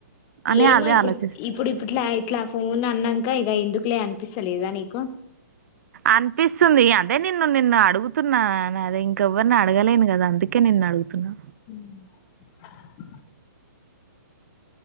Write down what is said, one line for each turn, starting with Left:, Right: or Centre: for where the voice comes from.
Right: అని
Left: ఏమో
Right: అదే
Left: ఇప్పుడు
Right: ఆలోచిస్తు
Left: ఇప్పుడు ఇప్పుట్లా అయి ఇట్లా ఫోన్ అన్నాంక ఇక ఎందుకులే అనిపిస్తలేదా నీకు
Right: అనిపిస్తుంది అదే నిన్ను నిన్ను అడుగుతున్నా అదే ఇంకెవ్వరిని అడగలేను కదా అందుకే నే నిన్న అడుగుతున్నా
Left: హ